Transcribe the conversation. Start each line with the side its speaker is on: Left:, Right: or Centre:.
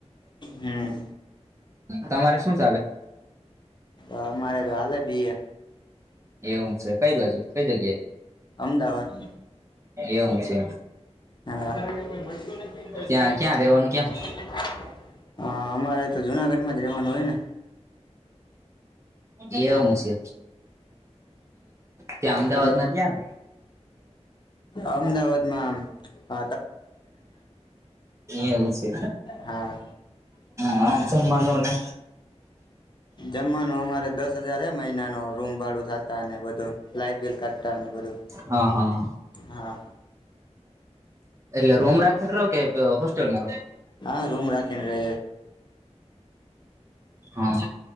Left: હમ
Right: તમારે શું ચાલે?
Left: અમારે તો હાલે બી એ
Right: એવું છે, કઈ બાજુ કઈ જગ્યાએ?
Left: અમદાવાદ <unintelligible> હ
Right: એવું છે
Left: <inaudible>
Right: ત્યાં ક્યાં રેવાનું ક્યાં
Left: હા અમારે તો જુનાગઢમાં જ રહેવાનું હોય ને
Right: બછ એવું
Left: હા
Right: છે, ત્યાં અમદાવાદ
Left: તમ
Right: માં ત્યાં
Left: અમદાવાદમાં અ
Right: એવું છે.
Left: હા
Right: હા સમાનુંને
Left: જમવાનું અમારે દસ હજાર હે મહિનાન રૂમ ભાડું થાતા અને બધું લાાઈટ બિલ કાઢતા <unintelligible> બદું
Right: હા હા.
Left: હા.
Right: એટલે રૂમ રાખીને રહો કે હોસ્ટેલમાં રહો?
Left: હા રૂમ રાખીને રે
Right: <inaudible>